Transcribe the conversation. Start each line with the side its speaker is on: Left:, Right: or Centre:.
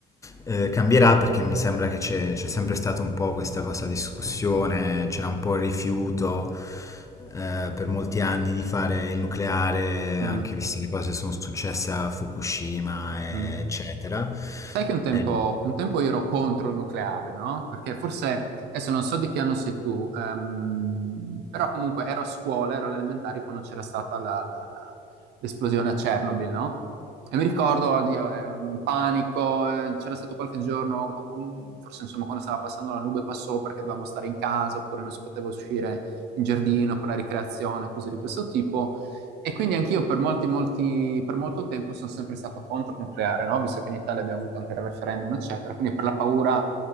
Left: eh, cambierà perché mi sembra che c'è c'è sempre stata un po' questa cosa discussione, c'era un po' il rifiuto eh, per molti anni di fare il nucleare,
Right: Mm,
Left: anche viste le cose che sono successe a Fukushima,
Right: mm.
Left: eccetera.
Right: Sai che un tempo,
Left: Eh,
Right: un tempo io ero contro il nucleare, no? Perché forse, adesso non so di che anno sei tu, ehm, però comunque ero a scuola, ero alle elementari quando c'era stata la- la- la- l'esplosione a Chernobyl, no? E mi ricordo, oddio, eh, un panico, eh, c'era stato qualche giorno, po- po- forse insomma quando stava passando la nube qua sopra, che dovevamo stare in casa oppure non si poteva uscire in giardino per la ricreazione, cose di questo tipo. E quindi anch'io per molti, molti, per molto tempo sono sempre stato contro il nucleare, no? Visto che in Italia abbiamo avuto anche il referendum, eccetera. Quindi per la paura,